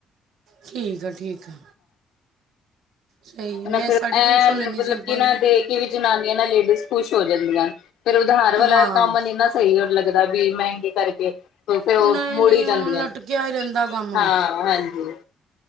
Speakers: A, on the right (about 85°); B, on the left (about 85°).
A: ਠੀਕ ਆ ਠੀਕ ਆ। ਸਹੀ ਹੈ
B: ਬੰਦਾ
A: ਮੈਂ
B: ਫਿਰ
A: ਸਾਢੇ
B: ਐਨ
A: ਤਿੰਨ ਸੌ ਲੈਂਦੀ
B: ਮਤਲਬ
A: ਸਿੰਪਲ
B: ਕਿਨਾਂ
A: ਦਾ
B: ਦੇ ਕੇ। ਜਨਾਨੀਆਂ ਨਾ ਲੇਡੀਜ਼ ਖੁਸ਼ ਹੋ ਜਾਂਦੀਆਂ। ਫੇਰ ਉਧਾਰ ਵਾਲਾ
A: ਹਾਂ
B: ਕੰਮ ਨੀ ਨਾ ਸਹੀ ਹੋ ਲੱਗਦਾ ਵੀ ਮੈਂਗੇ ਕਰਕੇ। ਫੇਰ ਔ
A: ਨਹੀਂ
B: ਮੁੜ
A: ਨਹੀਂ
B: ਹੀ ਜਾਂਦੀਆਂ,
A: ਉਹ ਲਟਕਿਆ ਹੀ ਰਹਿੰਦਾ ਕੰਮ
B: ਹਾਂ ਹਾਂਜੀ।